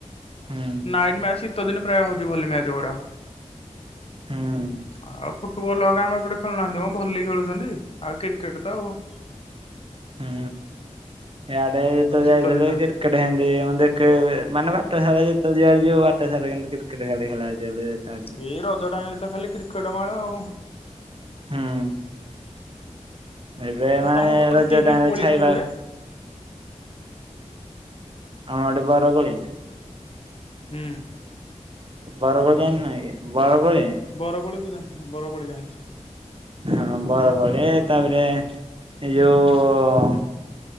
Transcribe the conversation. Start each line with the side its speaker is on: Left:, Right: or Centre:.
Right: ହୁଁ
Left: ନାଇଟ ମ୍ୟାଚ ଶୀତ ଦିନ ପ୍ରାୟ ହଉଚି ଭଲି ମ୍ୟାଚ ଗୁଡାକ।
Right: ହୁଁ
Left: ଆଉ ଭଲ ଆମ ଏପଟେ ଖେଳୁନାହାନ୍ତି ମ ଭଲି ଖେଳୁଛନ୍ତି। ଆଉ କ୍ରିକେଟ ତ ଆଉ।
Right: ହୁଁ। ଇଆଡ଼େ ତ
Left: ଶୀତ
Right: ଯାଇ ଥିଲୁ
Left: ଦିନ
Right: ଏଇ କ୍ରିକେଟ ହେମିତି ମାନେ ଦେଖି ହେଲେ ମାନେ ବାଟ ସାରା ଯେତେବେଳେ ଯିବା ୟେ ବାଟ ସାରା କିନ୍ତୁ କ୍ରିକେଟ ଖାଲି ଖେଳା ଦେଖାଯାଏ
Left: ଏଇ ରଜ ଟାଇମରେ ତ ଖାଲି କ୍ରିକେଟ
Right: <unintelligible>
Left: ମାଳ ଆଉ।
Right: ହୁଁ। ଏବେ
Left: ଆଉ
Right: ମାନେ
Left: ତମ ପଟେ
Right: ରଜ
Left: କି କି
Right: ଟାଇମ
Left: କୋଳି
Right: ରେ ଛାଇ
Left: ସବୁ
Right: ବା।
Left: ହୁଏ?
Right: ଆମ ପଟେ ବର କୋଳି
Left: ହୁଁ।
Right: ବରକୋଳି ଜାଣିନକି ବରକୋଳି।
Left: ବରକୋଳି ତ ଜାଣିଚି ବରକୋଳି ଜାଣିଛି।
Right: ହଁ ବରକୋଳି ତାପରେ ଏଇ ଯୋଉଁ